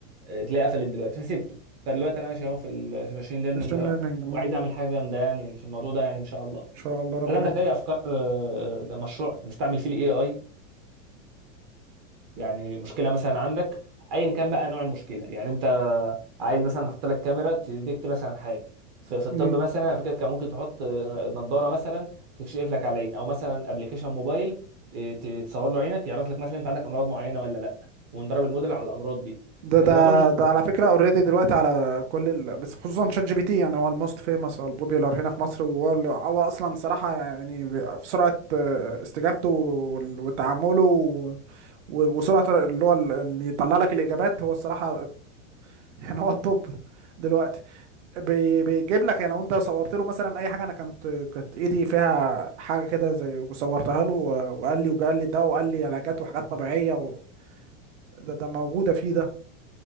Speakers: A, on the right (about 25°); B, on the right (about 65°).
A: آه، تلاقي قفلت دلوقتي فسيبته فدلوقتي انا ماشي اهو في ال- في الماشين ليرنينج
B: ماشين
A: اهو
B: ليرنينج ان
A: وعايز اعمل حاجه جامده يعني في الموضوع ده يعني ان شاء الله
B: شاء الله ربنا
A: هل عندك
B: يكون
A: اي
B: في-
A: افكار آه، مشروع نستعمل فيه الاي اي يعني مشكله مثلا عندك ايا كان بقى نوع المشكله يعني انت عايز مثلا نحط لك كاميرا تديكت مثلا حاجه في, في الطب
B: م.
A: مثلا انا فاكر كان ممكن تحط نظاره مثلا تكشف لك على العين او مثلا ابلكيشن موبايل إيه، ت- تصور له عينك يعرف لك مثلا انت عندك امراض معينه ولا لا وندرب الموديل على الامراض دي
B: ده ده
A: لكن الموضوع مش
B: ده على فكرة اوريدي دلوقتي على كل ال... بس خصوصا شات جي بي تي يعني هو الموست فيمس او البوبيولار هنا في مصر وهو اللي هو اصلا صراحة يعني ب- في سرعة آه، استجابته وال- وتعامله و- و- وسرعة اللي هو ال- اللي يطلع لك الاجابات هو الصراحة <laughs> يعني هو الطب دلوقتي بي- بيجيب لك يعني لو انت صورت له مثلا اي حاجة انا كانت كانت ايدي فيها حاجة كده زي صورتها له و- وقال لي وقال لي ده وقال لي علاجات وحاجات طبيعية و... ده ده موجودة فيه ده